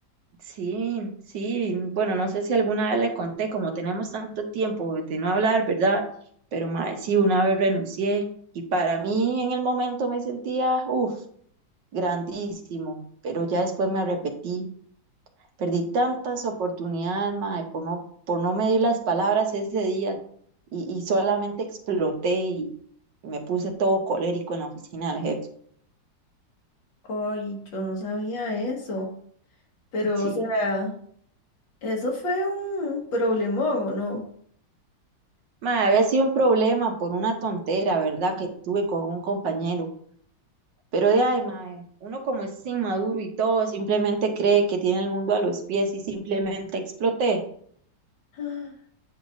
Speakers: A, on the right; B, on the left.
A: Sí, sí, bueno, no sé si alguna vez le conté, como tenemos tanto tiempo de no hablar, ¿verdad? Pero mae, sí, una vez renuncié y para mí en el momento me sentía, uff, grandísimo, pero ya después me arrepentí, perdí tantas oportunidades, mae, por no, por no medir las palabras ese día y, y solamente exploté y, y me puse todo colérico en la oficina del jefe.
B: Ay, yo no sabía eso, pero
A: Sí,
B: o sea, eso fue un problemón, ¿o no?
A: mae, había sido un problema por una tontera, ¿verdad? Que tuve con un compañero Pero de ahí, mae, uno como es inmaduro y todo, simplemente cree que tiene el mundo a los pies y simplemente exploté.
B: Ah.